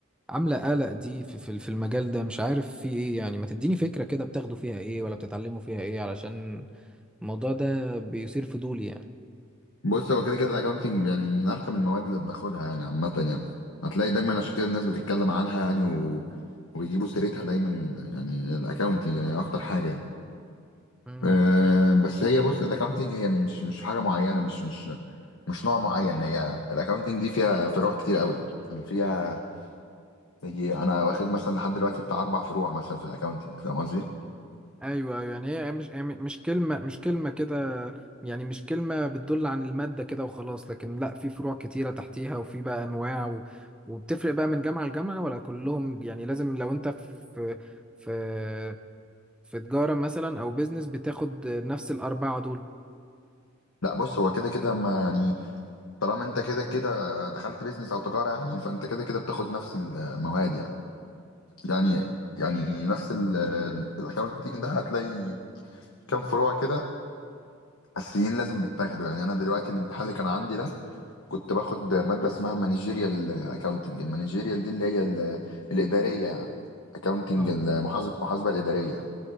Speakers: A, in the centre; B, on the left (about 85°).
A: عاملة قلق دي في في في المجال ده مش عارف في ايه يعني ما تديني فكرة كده بتاخدوا فيها ايه ولا بتتعلموا فيها ايه علشان الموضوع ده بيثير فضولي يعني
B: بص هو كده كده الاكونتنج يعني من ارخم المواد اللي بناخدها يعني عامه يعني هتلاقي دايما عشان كده الناس بتتكلم عنها يعني و... وبيجيبوا سيرتها دايما يعني الاكونتنج يعني اكتر حاجه يعني
A: امم
B: أه بس هي بص الاكونتنج هي مش مش حاجه معينه مش مش مش نوع معين هي الاكونتنج دي فيها فروع كتير قوي يعني فيها يجي انا واخد مثلا لحد دلوقتي بتاع اربع فروع مثلا في الاكونتنج فاهم قصدي
A: ايوه ايوه يعني هي مش هي مش كلمه مش كلمه كده يعني مش كلمه بتدل عن الماده كده وخلاص لكن لا في فروع كتيره تحتيها وفي بقى انواع و... وبتفرق بقى من جامعه لجامعه ولا كلهم يعني لازم لو انت في في في, في تجاره مثلا او بيزنس بتاخد نفس الاربعه دول
B: لا بص هو كده كده ما يعني طالما انت كده كده دخلت بيزنس او تجاره يعني فانت كده كده بتاخد نفس المواد يعني يعني يعني نفس الاكونتنج ده هتلاقي كام فروع كده اساسيين لازم بيتاخدوا يعني انا دلوقتي الامتحان اللي كان عندي ده كنت باخد ماده اسمها مانجيريال اكاونتنج المانجيريال دي اللي هي ال- الاداريه يعني اكاونتنج
A: اه
B: المحاسبه المحاسبه الاداريه